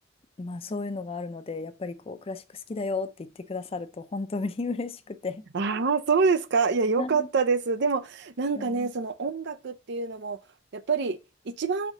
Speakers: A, on the left; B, on the right.
A: う、まあそういうのがあるので、やっぱりこう、クラシック好きだよって言ってくださると、本当に嬉しくて。
B: ああ、そうですか。いや、よかったです。
A: はい
B: でも、なんかね、
A: うん
B: その音楽っていうのも、やっぱり一番、